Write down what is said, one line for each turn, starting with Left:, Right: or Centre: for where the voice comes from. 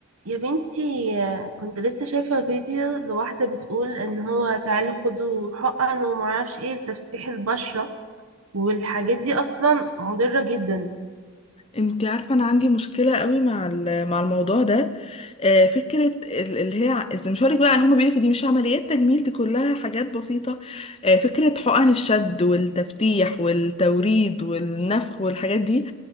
Right: يا بنتي كنت لسه شايفة فيديو لواحدة بتقول ان هو تعالوا خدوا حقن ومعرفش ايه لتفتيح البشرة والحاجات دي اصلا مضرة جدا
Left: انت عارفة انا عندي مشكلة قوي مع ال- مع الموضوع ده آه، فكرة ال- اللي هي ع- إذا مش هقولك بقى هما بيقولك دي مش عمليات تجميل دي كلها حاجات بسيطة آه، فكرة حقن الشد والتفتيح والتوريد والنفخ والحاجات دي